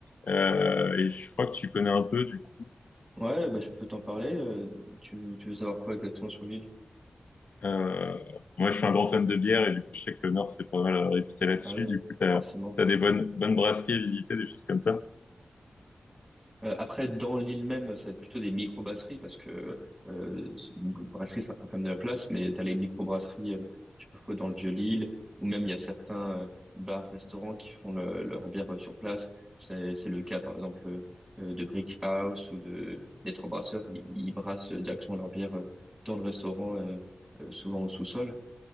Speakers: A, on the left (about 75°); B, on the right (about 15°).
A: Euh, et je crois que tu connais un peu du coup.
B: Ouais, bah, je peux t'en parler. euh, tu, tu veux savoir quoi exactement sur l'île?
A: Euh, moi je suis un grand fan de bière et du coup je sais que le Nord c'est pas mal euh, réputé là-dessus.
B: Ah oui,
A: Du coup t'as
B: forcément.
A: t'as des bonnes bonnes brasseries à visiter, des choses comme ça.
B: Euh, après, dans l'île même, c'est plutôt des micro-brasseries parce que euh, une brasserie, ça prend quand même de la place, mais tu as les micro-brasseries euh, que tu peux trouver dans le Vieux-Lille, ou même il y a certains euh, bars, restaurants qui font le- leur bière euh, sur place. C'est, c'est le cas, par exemple, euh, de Brick House ou de des Trois Brasseurs. Ils, ils brassent euh, directement leur bière euh, dans le restaurant, euh, euh, souvent au sous-sol.